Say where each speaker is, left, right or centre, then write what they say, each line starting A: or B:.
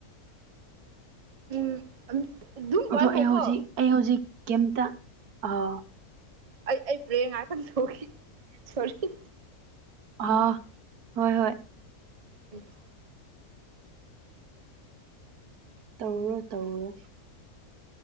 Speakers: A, on the right; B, on the right.
A: ꯎꯝ ꯑꯗꯨꯝ
B: ꯑꯗꯣ
A: ꯄꯥꯏꯈꯣꯀꯣ
B: ꯑꯩ ꯍꯧꯖꯤꯛ ꯑꯩ ꯍꯧꯖꯤꯛ ꯀꯦꯝꯇ ꯑꯥ
A: ꯑꯩ ꯑꯩ ꯄ꯭ꯔꯦꯌꯔ ꯉꯥꯛꯇꯪ ꯇꯧꯈꯤ ꯁꯣꯔꯤ
B: ꯍꯥ ꯍꯣꯏ ꯍꯣꯏ
A: <inaudible>
B: ꯇꯧꯔꯨꯔꯣ ꯇꯧꯔꯨꯔꯣ